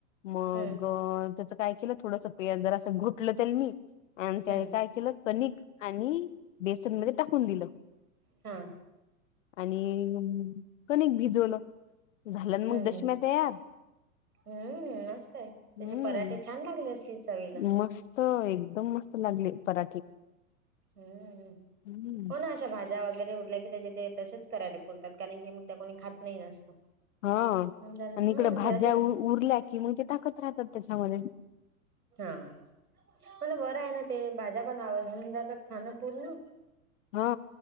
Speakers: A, on the left; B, on the right.
A: मग
B: हम्म
A: त्याच- काय केलं थोडस प जरा असं घुटलं तर मी आणि त्या
B: हम्म
A: काय केलं कणिक आणि- बेसनमध्ये टाकून दिलं.
B: हा
A: आणि कणीक भिजवलं. झालं मग
B: हम्म
A: दशम्या तयार
B: हम्म मसतय त्याचे
A: हम्म
B: पराठे छान लागले असतील चवीला.
A: मस्त एकदम मस्त लागले पराठे.
B: हम्म
A: हम्म
B: कोणाच्या भाज्या वगैरे उरल्या की त्याच्या ते तसे करायला पुरतात कारण की मग त्या कोणी खात नाही जास्त.
A: हा
B: जरा
A: आणि
B: हा
A: इकडं भाज्या
B: जराशी
A: उरल्या की म्हग टाकत राहतात त्याच्यामध्ये
B: हा म्ह ना बरं आहे ना ते भाज्या पण आवडून जातात खाणं पूर्ण
A: हा